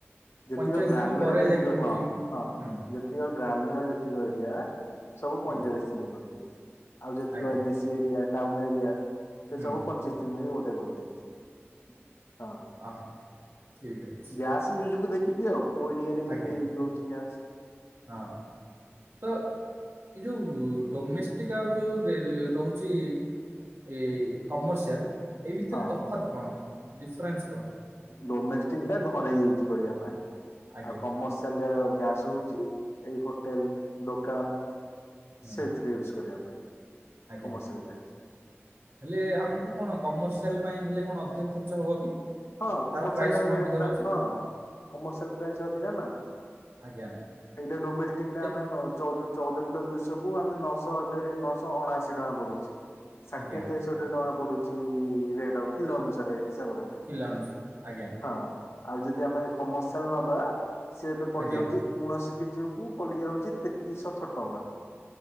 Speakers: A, on the left; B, on the right.
A: ଯେତିକ
B: ପଇଁଚାଳିଶ
A: ଗ୍ରାମୀଣ
B: ଦିନ ପରେ
A: ଜେତିକ
B: ଯାଇକି
A: ହଁ
B: ବୁକିଂ
A: ହଁ
B: ହୁଁ
A: ଯେତିକ ଗ୍ରାମୀଣ ଯେତିକ ଏରିଆ ସବୁ ପାଇଂଚାଳିଶି
B: ଆଜ୍ଞା
A: ଦିନ କରିଦେଇଛି ଆଉ ଯେତିକ
B: ଆଜ୍ଞା
A: ଏନ୍ଏସି ଏରିଆ ଟାଉନ ଏରିଆ ସେ
B: ହୁଁ
A: ସବୁ ପଚିଶ ଦିନରେ ଗୋଟେ କରିଦେଇେଇଛି ହଁ।
B: ଅ ହଁ ଠିକ୍ ଅଛି।
A: ଗ୍ୟାସ ୟୁଜ଼କୁ ଦେଖିକି ଆଉ କୋଉ ଏରିଆ ରେ କେତେ
B: ଆଜ୍ଞା
A: ୟଜ୍ ହଉଛି ଗ୍ୟାସ।
B: ହଁ ତ। ଏ ଯୋଉ ଡୋମେଷ୍ଟିକ୍ ଆଉ ଯୋଉ ରହୁଛି ଏ କମର୍ସିଆଲ ଏଇ ଭିତରେ
A: ହଁ
B: ତଫାତ୍ କଣ? ଡିଫରେନ୍ସ କଣ
A: ଡୋମେଷ୍ଟିକ ଟା ଘରେ ୟୁଜ୍ କରିବା ପାଇଁ
B: ଆଜ୍ଞା
A: ଆଉ କମର୍ସିଆଲ ଗ୍ୟାସ ହେଉଛି ଏଇ ହୋଟେଲ ଦୋକାନ
B: ହୁଁ
A: ସେଇଥିରେ ୟୁଜ଼ କରିବା ପାଇଁ।
B: ଆଜ୍ଞା
A: କମର୍ସିଆଲ ଗ୍ୟାସ।
B: ହେଲେ ଆମକୁ କଣ କମର୍ସିଆଲ ପାଇଁ ହେଲେ କଣ ଅଧିକ ଖର୍ଚ୍ଚ ହବ କି?
A: ହଁ
B: ତାର
A: କମର୍ସିଆଲର
B: ପ୍ରାଇସ୍ କଣ
A: ରେଟଟା
B: ଅଧିକ ରହୁଛି
A: ହଁ କମର୍ସିଆଲା ପ୍ରାଇସ ଅଧିକା ନା।
B: ଆଜ୍ଞା।
A: ଏଇଟା ଡୋମେଷ୍ଟିକ ଟା
B: କେତ୍
A: ଆମେ ଚଉଦ ଚଉଦ କିଲ ଦୁଇଶହ କୁ ଆମେ ନଅଶହ ଏବେ ନଅଶହ ଅଣାଅଶୀ ଟଙ୍କା ପଡୁଛି। ଷାଠିଏ
B: ଆଜ୍ଞା
A: ତେଷଠି ଟଙ୍କା ପଡୁଛି ରେଟ କିଲୋ ଅନୁସାରେ ହିସାବ କଲେ।
B: <unintelligible> ଆଜ୍ଞା
A: ହଁ ଆଉ ଯଦି ଆମେ କମର୍ସିଆଲ ନବା ସି ଏବେ ପଡିଯାଉଛି
B: ଆଜ୍ଞା
A: ଉଣଶୀ କେଜି କୁ ପଡିଯାଉଛି ତେତିଶହ ଛଅ ଟଙ୍କା।